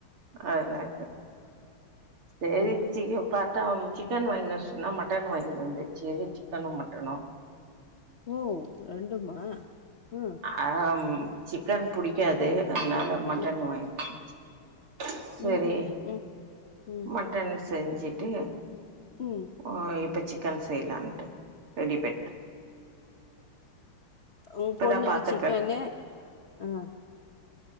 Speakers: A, on the right; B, on the left.
A: அதெல்லா இல்ல சேரி
B: செய்றேன்.
A: சீக்கிரம் பாத்தா அம்ச்சி சிக்கன் வாயின் வர சொன்னா மட்டன் வாயின் வந்துச்சு சிக்கனும் மட்டனும்
B: ஓ ரெண்டுமா ம்
A: ஆ சிக்கன் புடிக்காது அதனால மட்டன்
B: ம்.
A: வாயின்ட்டு வந்ச்சு செரி
B: ம்ஹ்ம். ம். ம். ம்.
A: மட்டன் செஞ்சுட்டு
B: ம்
A: ஆ இப்போ சிக்கன் செய்லான்ட்டு ரெடி பன்ட்டு
B: உன்
A: இப்பதா
B: பொண்ணுக்கு
A: பாத்த
B: சிக்கன்னு
A: பெப்
B: ஆ